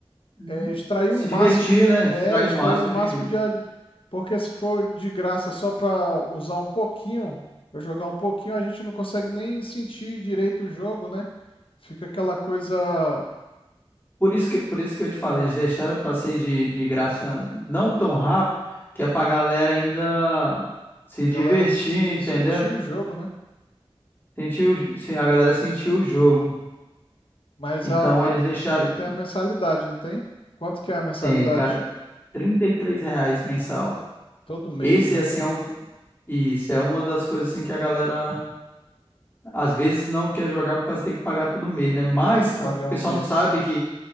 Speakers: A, on the left; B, on the left.
A: hum,
B: é, extrair
A: Se
B: o máximo
A: divertir,
B: de.
A: né?
B: É,
A: Extrair
B: extrair
A: o máximo
B: o máximo
A: de juros.
B: de. ad- Porque se for de graça só para usar um pouquinho, pra jogar um pouquinho, a gente não consegue nem sentir direito o jogo, né? Fica aquela coisa.
A: Por isso que, por isso que eu te falei,
B: ah,
A: eles deixaram o ser de, de graça não tão rápido, que é pra galera ainda se
B: a
A: divertir,
B: galera s-
A: entendeu?
B: sentiu o jogo, né?
A: Sentir o j- se- a galera sentir o jogo.
B: Mas
A: Então
B: a, a-
A: eles deixaram.
B: ele tem a mensalidade, não tem? Quanto que é a mensalidade?
A: Tem, cara, R$ 33 reais mensal.
B: Todo mês,
A: Esse,
B: né?
A: assim, é um. E isso é uma das coisas assim que a galera às vezes não quer jogar por causa que tem que pagar todo mês, né? Mas
B: Tem que
A: a-
B: pagar
A: o pessoal
B: o mês.
A: não sabe que,